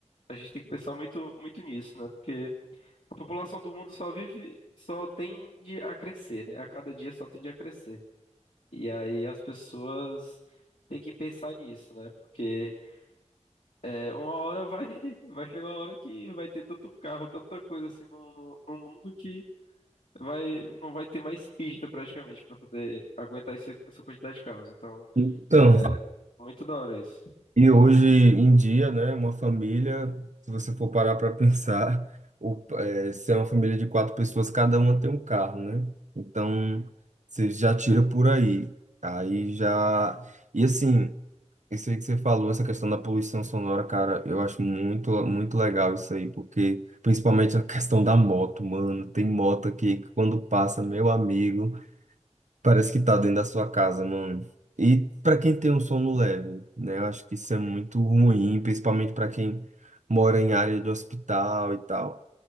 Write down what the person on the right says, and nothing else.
Então,
e hoje em dia, né, uma família, se você for parar para pensar, o, é, se é uma família de quatro pessoas, cada uma tem um carro, né? Então, você já tira por aí. Aí já. E assim, isso aí que você falou, essa questão da poluição sonora, cara, eu acho muito, muito legal isso aí, porque principalmente a questão da moto, mano. Tem moto aqui que quando passa, meu amigo. Parece que tá dentro da sua casa, mano. E pra quem tem um sono leve, né? Eu acho que isso é muito ruim, principalmente pra quem mora em área de hospital e tal.